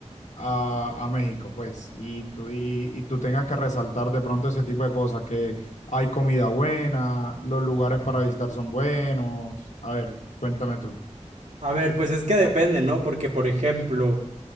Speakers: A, on the left (about 80°); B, on the right (about 75°).
A: a, a México, pues, y tú, y, y tú tengas que resaltar de pronto ese tipo de cosas, que hay comida buena, los lugares para visitar son buenos. A ver, cuéntame tú.
B: A ver, pues es que depende, ¿no? Porque, por ejemplo,